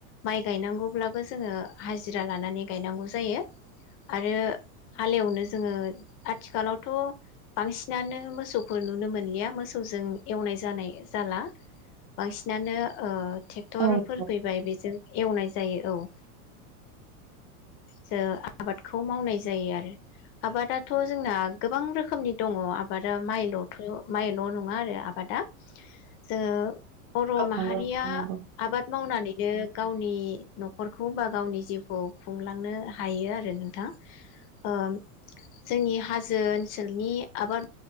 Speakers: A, on the left; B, on the right.
A: माइ गायनांगौब्लाबो जोङो हाजिरा लानानै गायनांगौ जायो आरो हालेवनो जोङो आथिखालावथ बांसिनानो मोसौखौ नुनो मोनलिया मोसौजों एवनाय जानाय जाला बांसिनानो ओ थेक्टरफोर
B: औ नंगौ
A: फैबाय बेजों नाय जायो औ जो आबादखौ मावनाय जायो आरो आबादाथ जोंना गोबां रोखोमनि दङ आबादा माइलथ माइल नङा आरो आबादा जोङो बर माहारिया
B: नंगौ नंगौ नंगौ।
A: आबाद मावनानै नो गावनि नखरखौ बा गावनि जिउखौ खुंलांनो हायो आरो नोंथां ओ जोंनि हा जो ओनसोलनि आबाद